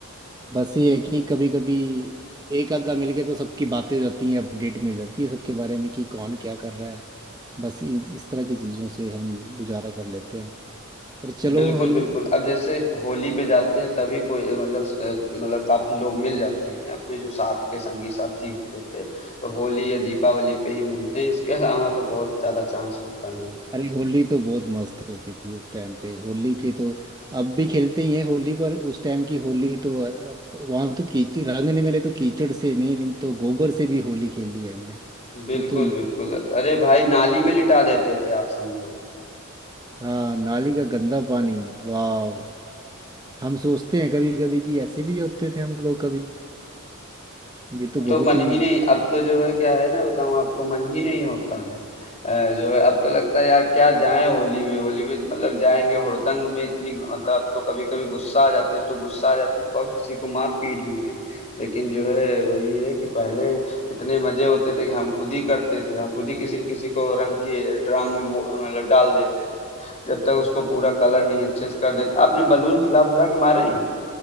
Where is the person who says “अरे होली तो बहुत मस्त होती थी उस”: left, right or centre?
Right